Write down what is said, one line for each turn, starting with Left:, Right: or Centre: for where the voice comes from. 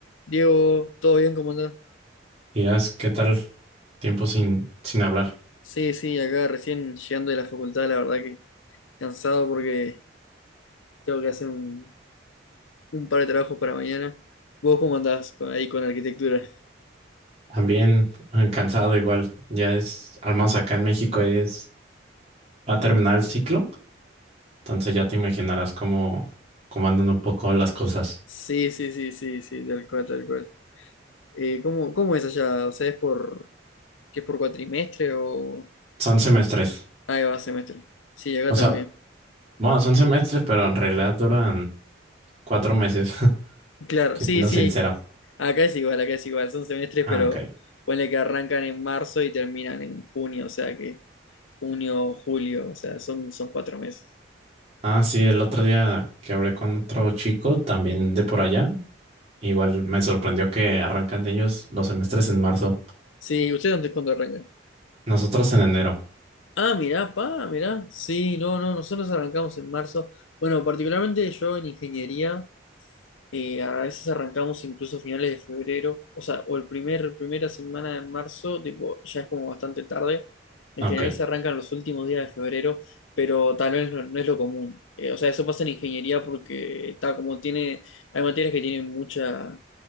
Left: Diego, ¿todo bien? ¿Cómo andás?
Right: Días, ¿qué tal? Tiempo sin, sin hablar.
Left: Sí, sí, acá recién llegando de la facultad, la verdad que cansado porque tengo que hacer un, un par de trabajos para mañana. ¿Vos cómo andás con- ahí con arquitectura?
Right: También eh, cansado igual. Ya es, al menos acá en México es, va a terminar el ciclo. Entonces ya te imaginarás cómo, cómo andan un poco las cosas.
Left: Sí, sí, sí, sí, sí, tal cual, tal cual. Eh, ¿cómo, cómo es allá? O sea, ¿es por, qué es por cuatrimestre o...?
Right: Son semestres.
Left: ah, Ahí va, semestre. Sí, acá
Right: O
Left: también.
Right: sea, bueno, son semestres, pero en realidad duran cuatro meses, <laughs>
Left: Claro, sí,
Right: siendo
Left: sí,
Right: sincero.
Left: Acá es igual, acá es igual, son semestres,
Right: Ah,
Left: pero
Right: ok.
Left: ponle que arrancan en marzo y terminan en junio, o sea que junio, julio, o sea, son, son cuatro meses.
Right: Ah, sí, el otro día que hablé con otro chico, también de por allá. Igual me sorprendió que arrancan de ellos los semestres en marzo.
Left: Sí, ¿ustedes dónde cuándo arrancan?
Right: Nosotros en enero.
Left: Ah, mirá, pa, mirá. Sí, no, no, nosotros arrancamos en marzo. Bueno, particularmente yo en ingeniería. Eh, a veces arrancamos incluso finales de febrero, o sea, o el primer, primera semana de marzo, tipo, ya es como bastante tarde. En
Right: Ok.
Left: general se arrancan los últimos días de febrero, pero tal vez no, no es lo común. Eh, o sea, eso pasa en ingeniería porque está como tiene, hay materias que tienen mucha,